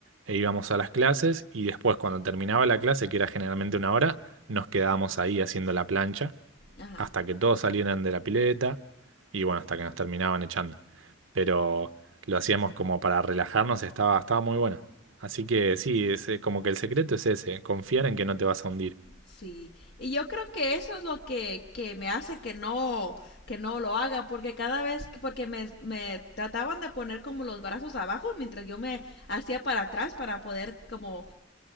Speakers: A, on the right; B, on the left.
A: e íbamos a las clases y después cuando terminaba la clase, que era generalmente una hora, nos quedábamos ahí haciendo la plancha
B: Ajá.
A: hasta que todos salieran de la pileta y bueno, hasta que nos terminaban echando. Pero lo hacíamos como para relajarnos, estaba, estaba muy bueno. Así que sí, es, eh, como que el secreto es ese, confiar en que no te vas a hundir.
B: Sí, y yo creo que eso es lo que, que me hace que no, que no lo haga, porque cada vez, que- porque me, me trataban de poner como los brazos abajo mientras yo me hacía para atrás para poder como